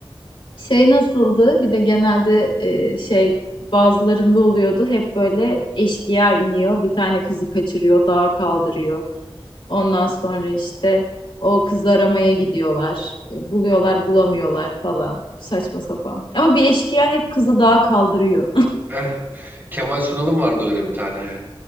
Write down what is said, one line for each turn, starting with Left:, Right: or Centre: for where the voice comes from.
Left: Şey nasıldı? Bir de genelde e, şey bazılarında oluyordu. Hep böyle eşkıya iniyor. Bir tane kızı kaçırıyor, dağa kaldırıyor. Ondan sonra işte o kızı aramaya gidiyorlar. E, Buluyorlar, bulamıyorlar falan. Saçma sapan. Ama bir eşkıya hep kızı dağa kaldırıyor.
Right: Eh, Kemal Sunal'ın vardı öyle bir tane.